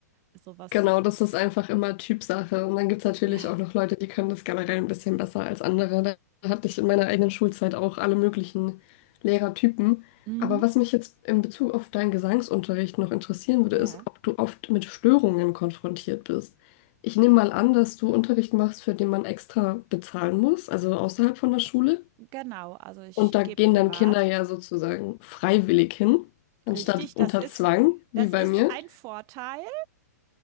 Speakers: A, on the right (about 40°); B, on the left (about 40°).
A: so was,
B: Genau,
A: was,
B: das ist einfach immer Typsache. Und dann gibt es natürlich
A: ja,
B: auch noch Leute, die können das generell ein bisschen besser als andere. Da hatte ich in meiner eigenen Schulzeit auch alle möglichen Lehrertypen.
A: mhm.
B: Aber was mich jetzt in Bezug auf deinen Gesangsunterricht noch interessieren würde,
A: ja,
B: ist, ob du oft mit Störungen konfrontiert bist. Ich nehme mal an, dass du Unterricht machst, für den man extra bezahlen muss, also außerhalb von der Schule.
A: genau. Also ich
B: Und da
A: gebe
B: gehen
A: privat
B: dann Kinder ja sozusagen freiwillig hin, anstatt
A: Richtig, das
B: unter
A: ist,
B: Zwang, wie
A: das
B: bei
A: ist
B: mir.
A: ein Vorteil,